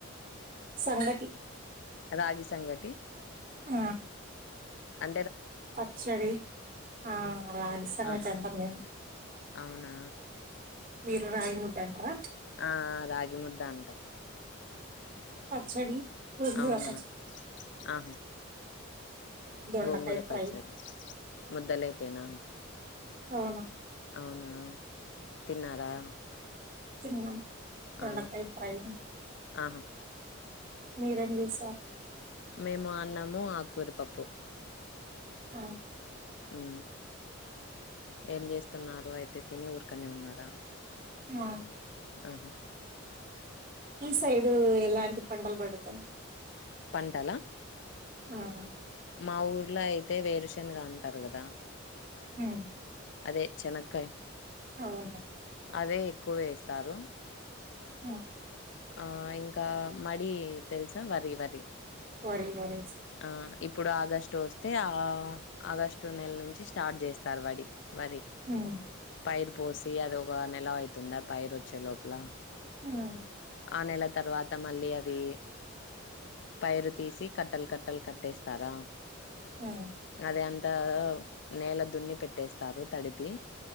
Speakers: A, on the right; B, on the left.
A: సంగటి
B: రాగి సంగటి
A: ఆ
B: అ
A: పచ్చడి ఆ రాగిసంగటి
B: ఆహా
A: అంటం మేము
B: అవునా
A: మీరు రాగి ముద్దంటార
B: ఆ రాగి ముద్ద అంటాం
A: పచ్చడి గోంగూర
B: అవునా
A: పచ్చడి
B: ఆహా
A: దొండకాయ
B: గోంగూర
A: ఫ్రై
B: పచ్చడి ముద్దలేకేనా
A: అవును
B: అవునా తిన్నారా
A: తిన్నాం దొండకాయ
B: ఆ
A: ఫ్రై
B: ఆహా
A: మీరేం జేసార్
B: మేము అన్నము ఆకూరపప్పు
A: ఆ
B: ఉ ఏం చేస్తున్నారు అయితే తిని ఊరికనే ఉన్నారా
A: ఆ
B: ఆహా
A: ఈ సైడు ఎలాంటి పంటలు పడుతాయి
B: పంటలా
A: ఆ హ
B: మా ఊర్లో అయితే వేరుశన్గా అంటారు కదా
A: హ
B: అదే చెనకాయ
A: అవునా
B: అదే ఎక్కువ వేస్తారు
A: ఆ
B: ఆ ఇంకా మడి తెలుసా వరి వరి
A: వరి వరి
B: ఆ ఇప్పుడు ఆగస్టు వస్తే ఆ ఆగస్టు నెల నుంచి స్టార్ట్ చేస్తారు వడి వరి
A: ఉమ్
B: పైరు పోసి అదొ ఒక నెల అయితుందా పైరు వచ్చే లోపల
A: హ
B: ఆ నెల తర్వాత మళ్ళీ అది పైరు తీసి కట్టలు కట్టలు కట్టేస్తారా
A: ఉమ్
B: అదే అం త నేల దున్ని పెట్టేస్తారు తడిపి